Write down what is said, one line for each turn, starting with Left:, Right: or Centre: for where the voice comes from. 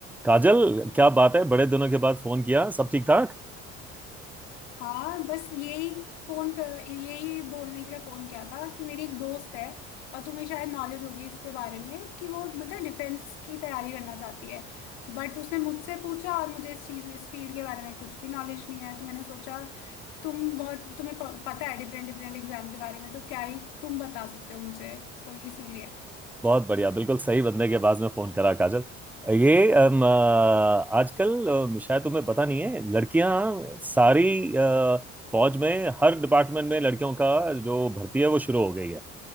Centre: काजल क्या बात है बड़े दिनों के बाद फोन किया सब ठीक ठाक
Left: हाँ बस यही फोन कर यही बोलने के लिए फोन किया था कि मेरी एक दोस्त है और तुम्हें शायद नॉलेज होगी इसके बारे में कि वो मतलब डिफेंस की तैयारी करना चाहती है बट उसने मुझसे पूछा और मुझे इस चीज़ इस फील्ड के बारे में कुछ भी नॉलेज नहीं है तो मैंने सोचा तुम बहुत तुम्हें प- पता है डिफरेंट डिफरेंट एग्जाम के बारे में तो क्या ही तुम बता सकते हो मुझे तो इसीलिए
Centre: बहुत बढ़िया बिल्कुल सही बंदे के आवाज में फोन करा काजल ये अम, अ, आजकल अम, शायद तुम्हें पता नहीं है लड़कियां सारी अ, फौज में हर डिपार्टमेंट में लड़कियों का जो भर्ती है वो शुरू हो गई है